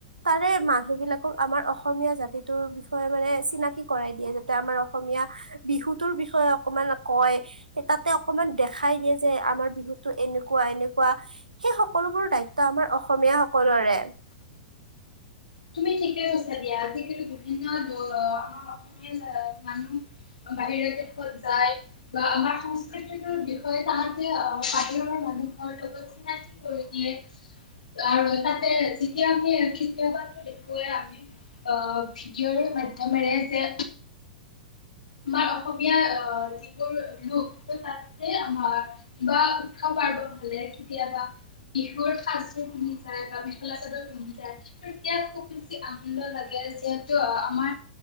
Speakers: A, on the right; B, on the left.
A: তাৰে মানুহ বিলাকক আমাৰ অসমীয়া জাতিটোৰ বিষয়ে মানে চিনাকি কৰাই যাতে আমাৰ অসমীয়া বিহুতৰ বিষয়ে অকমান কয়। তাতে অকমান দেখাই দিয়ে যে আমাৰ বিহুতো এনেকুৱা এনেকুৱা। সেই সকলোবোৰ দায়িত্ব আমাৰ অসমীয়া সকলৰে।
B: তুমি ঠিকে কৈছা দিয়া, আজিকালি বিভিন্ন আমাৰ অসমীয়া মানুহ বাহিৰা দেশত যায়। বা আমাৰ সংস্কৃতিটোৰ বিষয়ে তাহতে বাহিৰৰ মানুহৰ লগত চিন কৰি দিয়ে আৰু তাতে যেতিয়া আমি কেতিয়া দে খোয়ে আমি আঁহ ভিডিঅ'ৰ মাধ্যমেৰে যে আমাৰ অসমীয়া আহ যিবোৰ লোক তাতে আমাৰ বা উৎসৱ পাৰ্বন হ'লে কেতিয়াবা বিহুৰ সাজযোৰ পিন্ধি যায় বা মেখেলা চাদৰ পিন্ধি যায় তেতিয়া খুব বেছি আনন্দ লাগে যিহেতু আমাৰ